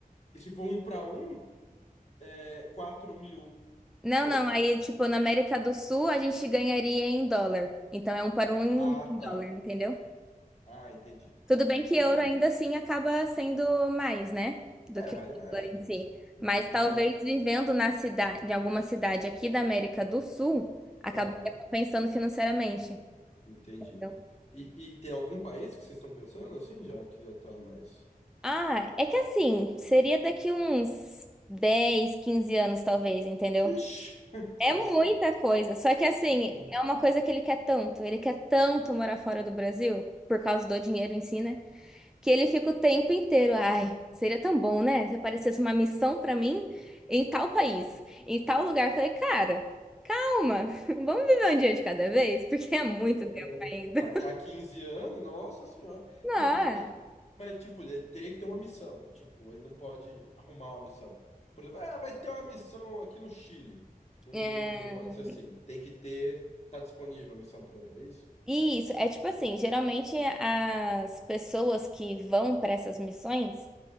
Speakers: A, on the left; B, in the centre.
A: E se for um para um, é quatro mil.
B: Não,
A: Oi,
B: não.
A: desculpa.
B: Aí, tipo, na América do Sul a gente ganharia em dólar. Então é um para um
A: Ah,
B: em
A: tá.
B: dólar, entendeu?
A: Ah, entendi.
B: Tudo
A: Tá.
B: bem que
A: Aí.
B: euro ainda assim acaba sendo mais, né? Do
A: É,
B: que
A: vale mais,
B: dólar em
A: mas.
B: si. Mas
A: Mas.
B: talvez vivendo na cidade, em alguma cidade aqui da América do Sul, acabaria
A: Aham.
B: compensando financeiramente.
A: Entendi.
B: entendeu?
A: E, e tem algum país que vocês estão pensando assim, já que já tá mais.
B: Ah, é que assim, seria daqui uns 10, 15 anos, talvez, entendeu?
A: Ixi, <laughs>
B: É
A: tá
B: muita
A: certo.
B: coisa. Só que assim,
A: É.
B: é uma coisa que ele quer tanto. Ele quer tanto morar fora do Brasil, por causa do dinheiro em si, né? Que ele fica o tempo inteiro. Ai, seria tão bom, né? Se aparecesse uma missão pra mim em tal país, em tal lugar. Eu Falei, cara, calma, <laughs> vamos viver um dia de cada vez, porque é muito
A: É.
B: tempo ainda.
A: Tá aqui
B: <laughs>
A: há 15 anos, nossa senhora.
B: Não,
A: E, e- e- Mas, tipo, ele teria que ter uma missão. Tipo, ele não pode arrumar uma missão. Por exemplo, ah, vai ter uma missão aqui no Chile. Não,
B: é.
A: não, não pode ser assim. Tem que ter. Tá disponível a missão pra ele, é isso?
B: Isso, é tipo assim, geralmente as pessoas que vão pra essas missões,